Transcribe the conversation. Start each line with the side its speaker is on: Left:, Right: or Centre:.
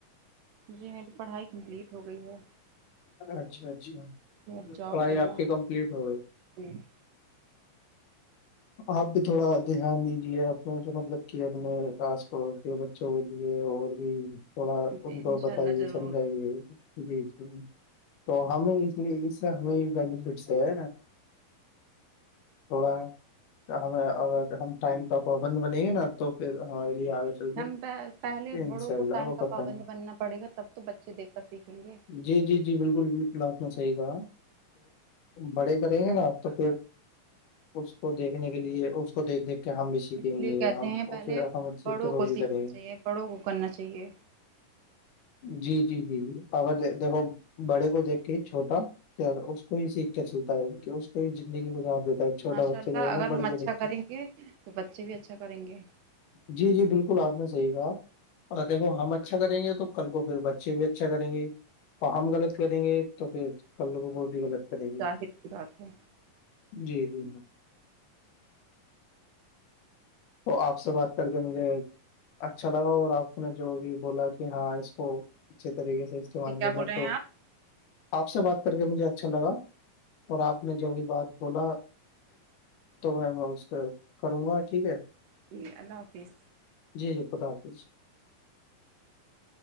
Right: جی میری پڑھائی کمپلیٹ ہو گئی ہے
Left: اچھا اچھا
Right: جی اب جاب
Left: پڑھائی
Right: کرنا
Left: آپ کے
Right: ہے
Left: کمپلیٹ ہو گئے
Right: جی
Left: آپ بھی تھوڑا دھیان دیجیے اپنے جو مطلب کہ اپنے آس پڑوس کے ب بوں کے لیے اور بھی تھوڑا
Right: جی
Left: ان کو
Right: انشاء
Left: بتائیے
Right: اللہ ضرور
Left: سمجائیے جی جی تو ہمیں اس لیے اس سے ہمیں بینیفٹس ہے تھوڑا ہے ہمیں ا ہم ٹائم کا پرابند بنیں گے نا تو پھر ہمارے لیے آگے چل کے
Right: ہم پہلے
Left: انشاء
Right: بڑوں
Left: اللہ
Right: کو ٹائگ
Left: وہ
Right: کا
Left: کر
Right: پابند
Left: پائیں گے
Right: بننا پڑے گا تب تو بچے دیکھ کر سیکھیں گے
Left: جی جی جی بالکل بالکل آپنا صحی گا بڑے کریں گے ناپ تو پھر اس کو دیکھنے کے لیے اس کو دیکھ دیکھ کے ہم بھی سیکھیں
Right: اس لیے
Left: گے
Right: کہتے
Left: ہم
Right: ہیں پہلے
Left: پھر ہم سیکھ
Right: بڑوں
Left: کے وہ
Right: کو
Left: بھی
Right: سیکھنا
Left: کریں گے
Right: چاہیے بڑوں کو کرنا چاہیے
Left: جی جی جی جی اگر دیکھو بڑے کو دیکھ کے چھوٹا کیا اس کو ہی سیکھ کے چلتا ہے کہ اس کو ہی زندگی گزار دیتا ہے چھوٹا
Right: ماشاء
Left: بچہ
Right: اللہ
Left: جو ہے نا
Right: اگر
Left: بڑے
Right: ہم
Left: کو
Right: اچھا
Left: دیکھ
Right: کریں
Left: کے
Right: گے تو بچے بھی اچھا کریں گے
Left: جی جی بالکل آپ نے صحیح کہا اگر دیکھو ہم اچھا کریں گے تو کل کو پھر بچے بھی اچھا کریں گے تو ہم غلط کریں گے تو پھر ک لوگ کو ب بھی غلط کریں گے
Right: اہر کی بات ہے
Left: جی جی تو آپ سے بات کر کے مجھے اچھا لگا اور آپ کو نے جو بھی بولا کہ ہاں اس کو اچھے طریقے سے استعمالنا
Right: ٹھیک کیا بول رہے
Left: تو
Right: ہیں آپ
Left: آپ سے بات کر کے مجھے اچھا لگا اور آپ نے جو بھی بات بولا تو میں میں اس پہ کروں گا ٹھیک ہے
Right: جی اللہ حافظ
Left: جی جی خدا حافظ